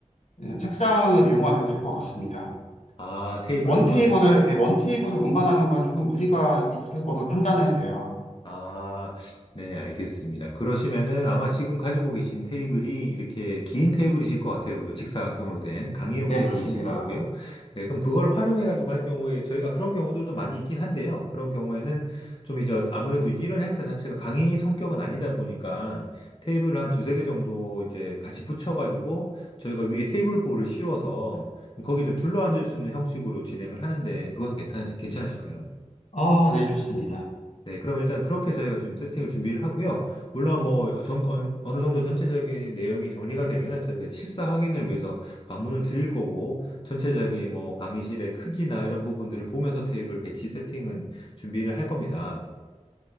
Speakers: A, on the left; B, on the left.
A: 음, 책상을 이용하면 될 것 같습니다.
B: 아, 테이블은
A: 원
B: 원
A: 테이블을, 예, 원 테이블을 운반하는 건 조금 무리가 있을 것으로 판단이 돼요.
B: 아, 네, 알겠습니다. 그러시면은 아마 지금 가지고 계신 테이블이 이렇게 긴 테이블이실 것 같아요. 그죠? 직사각형으로 된 강의용
A: 네,
B: 테이블이실
A: 맞습니다.
B: 것 같고요. 네, 그럼 그걸 활용해가지고 할 경우에 저희가 그런 경우들도 많이 있긴 한데요. 그런 경우에는 좀 이제 아무래도 이런 행사 자체가 강의 성격은 아니다 보니까 테이블을 한 두세 개 정도 이제 같이 붙여가지고 저희가 위에 테이블보를 씌워서 거기에 좀 둘러앉을 수 있는 형식으로 진행을 하는데 그건 괜찮, 괜찮으실까요?
A: 어, 네, 좋습니다.
B: 네, 그럼 일단 그렇게 저희가 좀 세팅을 준비를 하고요. 물론 뭐 전, 어느, 어느 정도 전체적인 내용이 정리가 되면은 저희가 이제 실사 확인을 위해서 방문을 드릴 거고 전체적인 뭐 강의실의 크기나 이런 부분들을 보면서 테이블 배치 세팅은 준비를 할 겁니다.